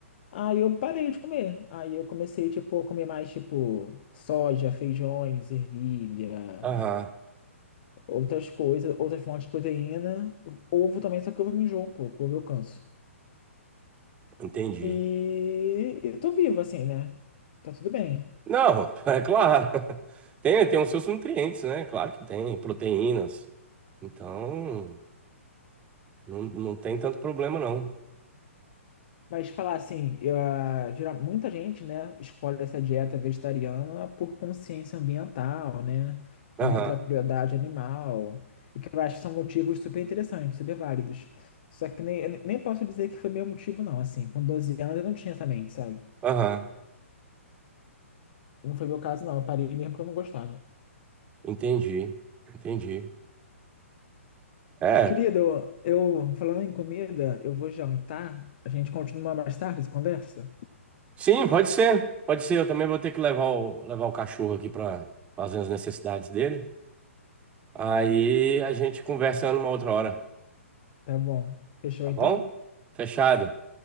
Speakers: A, on the left (about 45°); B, on the right (about 15°).
A: Aí eu parei de comer. Aí eu comecei, tipo, a comer mais, tipo, soja, feijões, ervilha,
B: aham,
A: outras coisas, outras fontes de proteína. Ovo também, só que ovo me enjoa um pouco, ovo eu canso.
B: entendi.
A: E eu tô vivo, assim, né? Tá tudo bem.
B: Não, <laughs> é claro. Tem, tem os seus nutrientes, né? Claro que tem, proteínas. Então, não, não tem tanto problema, não.
A: Mas falar assim, eu, ah, geral- muita gente, né, escolhe essa dieta vegetariana por consciência ambiental, né? Contra
B: Aham,
A: a crueldade animal. O que eu acho que são motivos super interessantes, super válidos. Só que nem, eu nem posso dizer que foi meu motivo, não. Assim, com 12 anos eu não tinha essa mente, sabe?
B: aham,
A: Não foi meu caso, não. Eu parei mesmo porque eu não gostava.
B: entendi, entendi. É,
A: Querido, eu, falando em comida, eu vou jantar. A gente continua mais tarde essa conversa?
B: Sim, pode ser. Pode ser. Eu também vou ter que levar o, levar o cachorro aqui para fazer as necessidades dele. Aí a gente conversa numa outra hora,
A: Tá bom. Fechou
B: tá
A: então?
B: bom? Fechado.